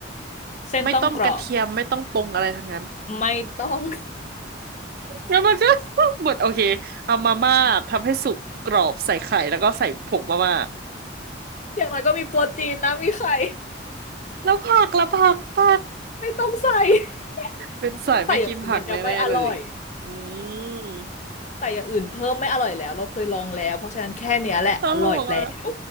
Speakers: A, on the left; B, on the right.
A: เส้นต้องกรอบ
B: ไม่ต้องกระเทียมไม่ต้องปรุงอะไรทั้งนั้น
A: ไม่ต้อง
B: แล้วมันก็ <laughs> หมดโอเคเอามาม่าทำให้สุกกรอบใส่ไข่แล้วก็ใส่ผงมาม่า
A: <laughs> อย่างน้อยก็มีโปรตีนนะมีไข่
B: แล้วผักและผักผัก
A: ไม่ต้องใส่ <laughs>
B: เป็นสายไม่กินผักแน่ๆเลย
A: ถ้าใส่อย่างอื่นมันจะไม่อร่อย
B: อืม
A: ใส่อย่างอื่นเพิ่มไม่อร่อยแล้วเราเคยลองแล้วเพราะฉะนั้นแค่เนี้ยแหละอร่อยแล้ว
B: ตลกอ่ะ